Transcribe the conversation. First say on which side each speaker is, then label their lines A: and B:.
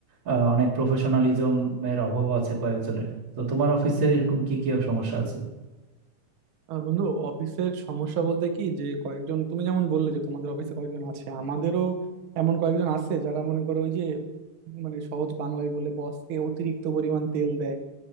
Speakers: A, on the right; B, on the right.
A: আহ, অনেক প্রফেশনালিজম এর অভাবও আছে কয়েকজনের তো তোমার অফিসে এরকম কি কি সমস্যা আছে
B: আহ, বন্ধু অফিসের সমস্যা বলতে কি যে কয়েকজন তুমি যেমন বললে যে তোমাদের অফিসে কয়েকজন আছে আমাদেরও এমন কয়েকজন আছে যারা মনে করো ওই যে মানে সহজ বাংলায় বলে বসকে অতিরিক্ত পরিমাণ তেল দেয়